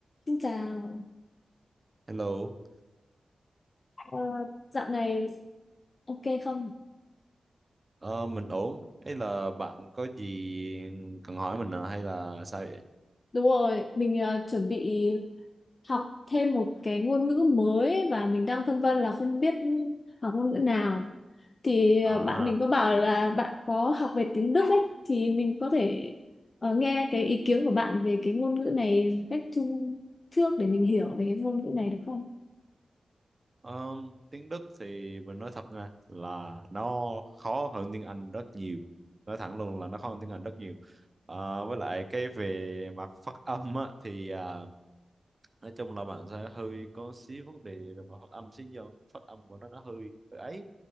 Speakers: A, on the left; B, on the right.
A: Xin chào.
B: Hello,
A: Ờ, dạo này ok không?
B: ờ, mình ổn. Hay là bạn có gì cần hỏi mình à? hay là sao vậy?
A: Đúng rồi, mình ờ, chuẩn bị học thêm một cái ngôn ngữ mới và mình đang phân vân là không biết học ngôn ngữ nào. Thì ờ,
B: À
A: bạn mình
B: ha,
A: có bảo là bạn có học về tiếng Đức ấy, thì mình có thể ờ, nghe cái ý kiến của bạn về cái ngôn ngữ này một cách chung trước để mình hiểu về cái ngôn ngữ này được không?
B: Ờ, tiếng Đức thì mình nói thật nha là nó khó hơn tiếng Anh rất nhiều. Nói thẳng luôn là nó khó hơn tiếng Anh rất nhiều. Ờ, với lại cái về mặt phát âm á, thì à, nói chung là bạn sẽ hơi có xíu vấn đề về mặt phát âm xíu do phát âm của nó nó hơi hơi ấy.